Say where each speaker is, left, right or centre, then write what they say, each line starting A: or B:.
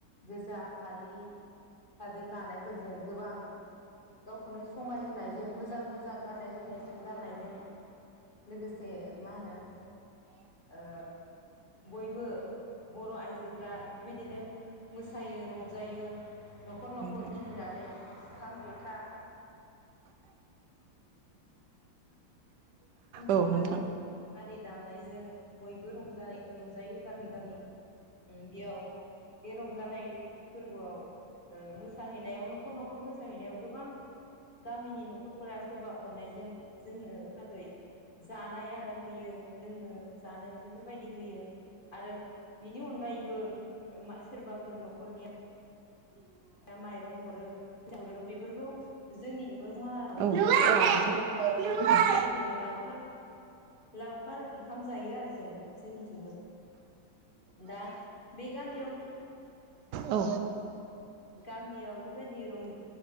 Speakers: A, on the left; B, on the right.
A: गोजा फालि सादोर लानायफोरजों गोबां गावखौनो समायहोनायजों मोजां मोजां गाननाय जोमनायजों गाननायजों लोगोसे मा होनो ओ बयबो बर' आइजोफ्रा बेबायदिनो मोसायो रंजायो न'खर
B: नोंथां
A: न'खर गिदिंनानै खाम, जथा खाम, जथा,
B: औ नोंथां
A: सिफुं आरि दामनायजों बयबो रंजानाय रंजायो गामि गामि। उम बेयाव बे रंजानाय फोरबोआव ओ मोसाहैनायाव न'खर न'खर मोसाहैनायाव गोबां गामिनि न'खरफोरा सोरबा अननायजों जोंनो थाखै जानाय आदार होयो, लोंनो जानो बेफोरबायदि होयो। आरो बिनि अनगायैबो मा सोरबाफोर न'खरनिया दा माइरं हरो हरो बेफोरखौ जोंनिजोंबो माबोनानै
B: औ नोंथां
A: ज' खालामनानै
B: नुबाय
A: बेबायदिनो लावखार लावखार ओंखाम जायो आरो जोङो जोंनिथिंबो। दा बे गामियाव
B: औ
A: गामियाव बेबायदि रंज